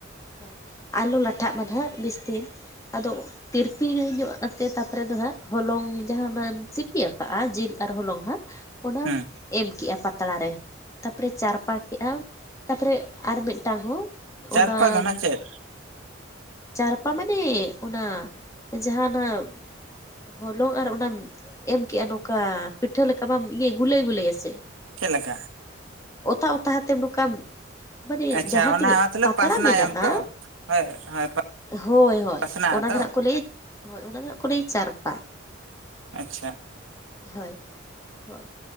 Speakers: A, on the left; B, on the right.
A: ᱦᱳᱭ, ᱟᱞᱚ ᱞᱟᱴᱷᱟᱜ ᱢᱟ ᱱᱟᱦᱟᱜ ᱵᱮᱥᱛᱮ ᱟᱫᱚ ᱛᱤᱨᱯᱤ ᱧᱚᱜ ᱟᱛᱮ ᱛᱟᱨᱯᱚ ᱨᱮ ᱫᱚ ᱦᱟᱸᱜ, ᱦᱚᱞᱚᱝ ᱡᱟᱦᱟ ᱱᱟᱮᱢ ᱥᱤᱯᱤ ᱟᱠᱟᱫᱼᱟ ᱡᱤᱞ ᱟᱨ ᱦᱚᱞᱚᱝ ᱦᱟᱸᱜ, ᱚᱱᱟᱢ
B: ᱦᱮᱸ
A: ᱮᱢ ᱠᱮᱜᱼᱟ ᱯᱟᱛᱲᱟ ᱨᱮ, ᱛᱟᱯᱚᱨᱮ ᱪᱟᱨᱯᱟ ᱠᱮᱫᱼᱟᱢ, ᱛᱟᱨᱯᱚᱨᱮ ᱟᱨ ᱢᱤᱫᱴᱟᱝ ᱦᱚᱸ
B: ᱪᱟᱨᱯᱟ
A: ᱚᱱᱟᱢ
B: ᱫᱚ ᱱᱟᱜ ᱪᱮᱫ
A: ᱪᱟᱨᱯᱟ ᱢᱟᱱᱮ, ᱚᱱᱟ ᱡᱟᱦᱟᱸᱱᱟᱜ ᱦᱚᱞᱚᱝ ᱟᱨ ᱚᱱᱟᱢ ᱮᱢ ᱠᱮᱜᱼᱟ ᱱᱚᱝᱠᱟ, ᱯᱤᱴᱷᱟᱹ ᱞᱮᱠᱟ ᱵᱟᱢ ᱤᱭᱟᱹ ᱜᱩᱞᱟᱹᱭ ᱜᱩᱞᱟᱹᱭᱟ ᱥᱮ,
B: ᱪᱮᱫ ᱞᱮᱠᱟ?
A: ᱚᱛᱟ ᱚᱛᱟ ᱦᱟᱛᱮ ᱱᱚᱝᱠᱟᱢ, ᱢᱟᱱᱮ
B: ᱟᱪᱪᱷᱟ
A: ᱡᱟᱦᱟᱸ
B: ᱚᱱᱟ
A: ᱛᱤᱱᱟᱹᱜ
B: ᱢᱚᱛᱞᱚᱵ
A: ᱯᱟᱛᱲᱟ
B: ᱯᱟᱥᱱᱟᱭᱟᱢ
A: ᱢᱮᱱᱟᱜᱼᱟ
B: ᱛᱚ ᱦᱳᱭ ᱦᱳᱭ
A: ᱦᱳᱭ ᱦᱳᱭ,
B: ᱯᱟᱥᱱᱟᱜᱼᱟ
A: ᱚᱱᱟ
B: ᱛᱚ
A: ᱫᱚᱱᱟᱜ ᱠᱚ ᱞᱟᱹᱭᱟ ᱦᱳᱭ ᱚᱱᱟ ᱫᱚᱱᱟᱜ ᱠᱚ ᱞᱟᱹᱭ ᱪᱟᱨᱯᱟ᱾
B: ᱟᱪᱪᱷᱟ,
A: ᱦᱳᱭ ᱦᱳᱭ,